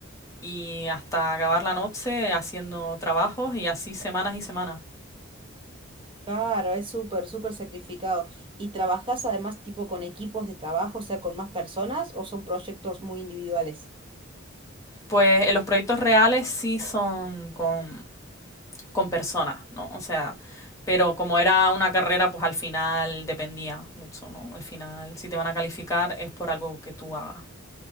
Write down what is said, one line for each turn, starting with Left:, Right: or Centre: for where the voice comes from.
Left: y hasta acabar la noche haciendo trabajos y así semanas y semanas.
Right: Claro, es súper, súper sacrificado. ¿Y trabajás además tipo con equipos de trabajo, o sea, con más personas o son proyectos muy individuales?
Left: Pues en los proyectos reales sí son con, con personas, ¿no? O sea, pero como era una carrera, pues al final dependía mucho, ¿no? Al final, si te van a calificar es por algo que tú hagas.